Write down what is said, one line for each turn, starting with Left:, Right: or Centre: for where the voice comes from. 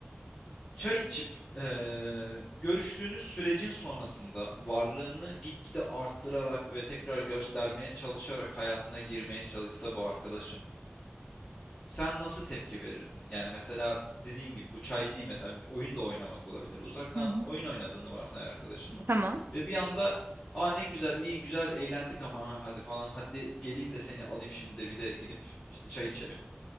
Left: Çay içip eee, görüştüğünüz sürecin sonrasında varlığını gitgide arttırarak ve tekrar göstermeye çalışarak hayatına girmeye çalışsa bu arkadaşın sen nasıl tepki verirdin? Yani mesela dediğim gibi bu çay değil mesela bir oyun da oynamak olabilir. Uzaktan
Right: Hı hı.
Left: oyun oynadığını varsay arkadaşınla
Right: Tamam.
Left: ve bir anda aa ne güzel iyi güzel eğlendik ama ha, hadi falan hadi geleyim de seni alayım şimdi de bir de gidip işte çay içelim